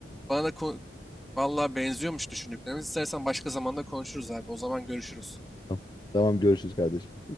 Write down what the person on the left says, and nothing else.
Tamam, tamam görüşürüz kardeşim.